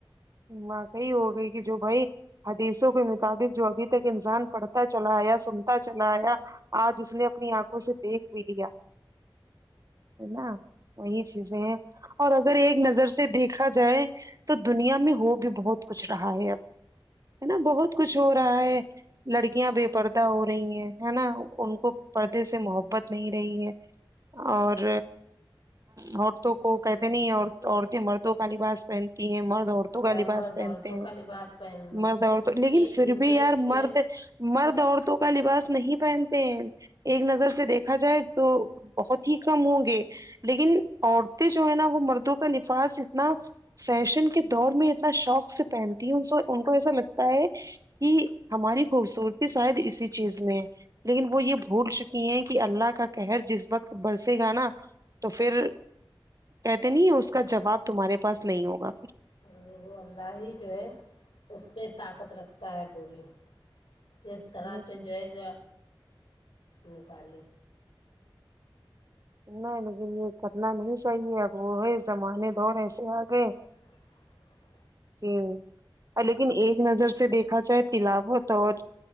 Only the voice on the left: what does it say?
ہاں
مرد
عورتوں
کا لباس پہننا
ایک
دوسرے
کی جو
ہے
اور وہ اللہ ہی جو ہے اس پہ طاقت رکھتا ہے پوری کس
طرح سے جو ج نکال
ا <inaudible>